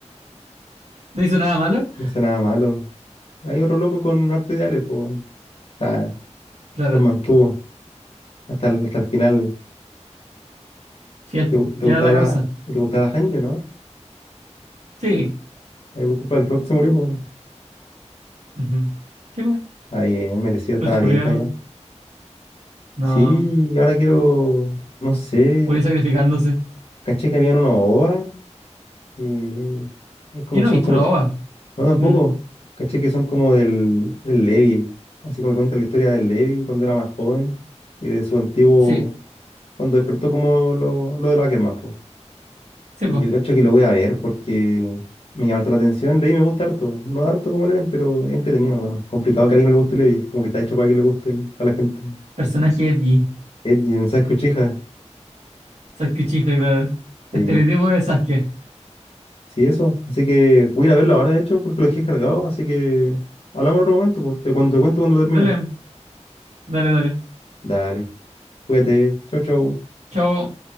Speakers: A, on the right; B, on the left.
A: ¿No hizo nada malo?
B: No hace nada malo. Hay otro loco con harto ideales, pues. bueno, está-
A: Claro.
B: los mantuvo hasta el, hasta el final.
A: Fiel,
B: ¿Te,
A: po,
B: gu- te
A: fiel
B: gustaba
A: a la causa.
B: la, te gustaba la Hanjo, no?
A: Sí.
B: Ahí por culpa del Flock se murió, pues.
A: Ujú. Sí, pues.
B: Está bien, merecido, estaba
A: Los culiados.
B: vieja ya.
A: No.
B: Sí, y ahora quiero, no sé,
A: Murió sacrificándose.
B: caché que habían una ova, que es como,
A: Yo no
B: son
A: he visto
B: como,
A: la OVA.
B: no tampoco,
A: Mm.
B: caché que son como del, del Levi, así como que cuenta la historia del Levi cuando era más joven y de su antiguo,
A: Sí.
B: cuando despertó como lo, lo de los Ackerman, pues.
A: Sí,
B: Y
A: pues.
B: yo cacho que lo voy a ver porque me llama harto la atención, Levi me gusta harto, no tanto como el Eren, pero es entretenido, bueno, complicado que a alguien no le guste Levi, como que está hecho para que le guste el- a la gente.
A: Personaje Edgy.
B: Ed y el mensaje Uchiha.
A: Sasuke Uchiha, claro.
B: Sí,
A: Estereotipo de Sasuke.
B: sí, eso. Así que voy a ir a verlo ahora, de hecho, porque lo dejé cargado. Así que hablamos en otro momento, pues. Te cuento, te cuento cuando lo termine.
A: Dale, dale, dale.
B: Dale, cuídate. Chau, chau.
A: Chao.